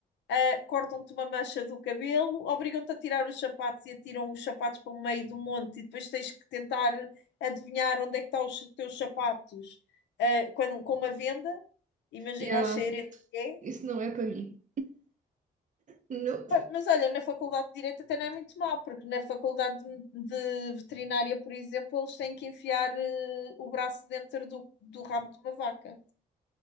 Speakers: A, on the left; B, on the right.
A: Uh, cortam-te uma mancha do cabelo, obrigam-te a tirar os sapatos e atiram os sapatos para o meio do monte e depois tens que tentar adivinhar onde é que estão os teus sapatos uh, quando- com uma venda. Imagina
B: Yeah,
A: o cheiro que é.
B: isso não é para mim. Nope.
A: Ah, Mas olha, na faculdade de Direito até não é muito mal, porque na faculdade de, de veterinária, por exemplo, eles têm que enfiar eh, o braço dentro do, do rabo de uma vaca.